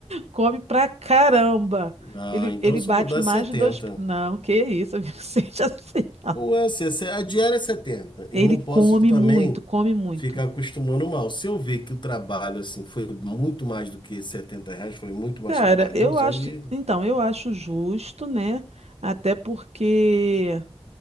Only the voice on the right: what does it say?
Come pra caramba.
Ele,
ele
bate
mais
de dois. p- Não, que isso, amigo, <laughs> seja assim. não.
Ele
come
muito, come muito.
Cara,
eu acho.
Então, eu acho justo, né? Até porque